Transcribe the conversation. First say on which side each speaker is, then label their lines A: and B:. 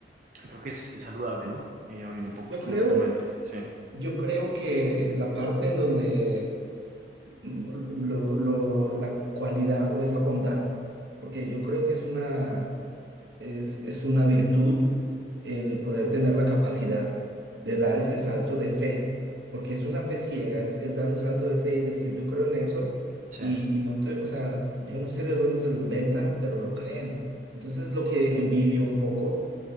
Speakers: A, on the right (about 45°); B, on the right (about 80°).
A: creo que es, es saludable, ¿no? Eh, abrir un poco
B: Yo
A: tu,
B: creo,
A: tu mente, sí,
B: yo creo que la parte en donde mm, lo- lo- la cualidad o esa bondad, porque yo creo que es una, es, es una virtud el poder tener la capacidad de dar ese salto de fe, porque es una fe ciega, es, es dar un salto de fe y decir, yo creo en eso,
A: sí,
B: y, y no te, o sea, yo no sé de dónde se lo inventan, pero lo creen. Entonces, lo que envidio un poco,